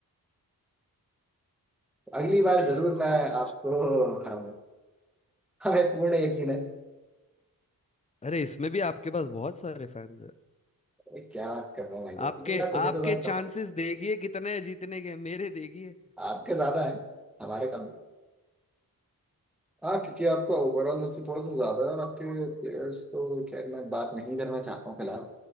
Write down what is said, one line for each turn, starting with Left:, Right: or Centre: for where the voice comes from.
Centre: तो अगली
Left: आ,
Centre: बार
Left: अभी
Centre: जरूर
Left: आया
Centre: मैं
Left: रिक्वेस्ट
Centre: आपको हराऊंगा हमें पूर्ण यकीन है
Left: अरे इसमें भी आपके पास बहुत सारे फैंस हैं
Centre: अरे क्या बात कर रहे हैं भाई साहब
Left: आपके
Centre: तीन लाख
Left: आपके
Centre: उन्नीस हजार
Left: चांसेस
Centre: का फ़र्क।
Left: देखिए कितने हैं जीतने के मेरे देखिए
Centre: आपके ज्यादा है हमारे कम है हाँ क्योंकि आपका ओवरऑल मुझसे थोड़ा सा ज्यादा है और आपके प्लेयर्स तो खैर मैं बात नहीं करना चाहता हूँ फिलहाल